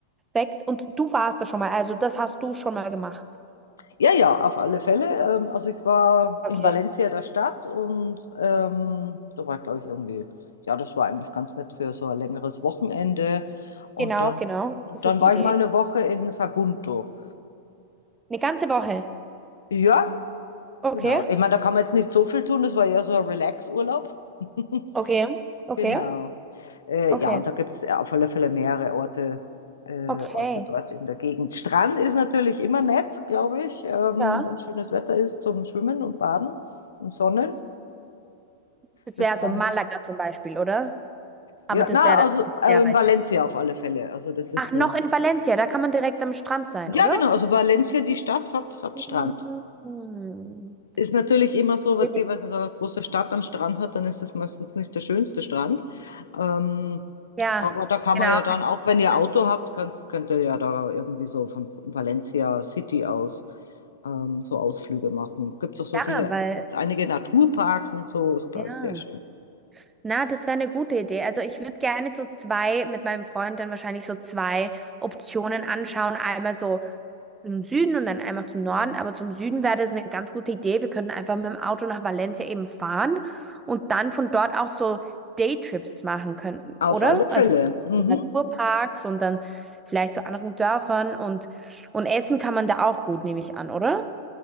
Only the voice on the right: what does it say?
Perfekt. Und du warst da schon mal, also das hast du schon mal gemacht.
Okay.
Genau,
genau.
Das
ist
die Idee.
Eine ganze Woche.
Okay,
okay, okay,
okay,
Okay.
ja.
Das
wäre
so Malaga
zum Beispiel, oder? Aber
das
wäre
dann
sehr weit
weg.
Ach,
noch in Valencia, da kann man direkt am Strand sein,
oder?
Mhm.
Billig.
Ja,
genau.
kann ich mir
vorstellen.
Ja,
weil,
ja.
Na, das wäre eine gute Idee. Also ich würde gerne so zwei, mit meinem Freund dann wahrscheinlich so zwei Optionen anschauen. Einmal so im Süden und dann einmal zum Norden. Aber zum Süden wäre das eine ganz gute Idee. Wir könnten einfach mit dem Auto nach Valencia eben fahren und dann von dort auch so Daytrips machen könnten,
oder?
Also
in Naturparks und dann vielleicht zu anderen Dörfern und, und essen kann man da auch gut, nehme ich an, oder?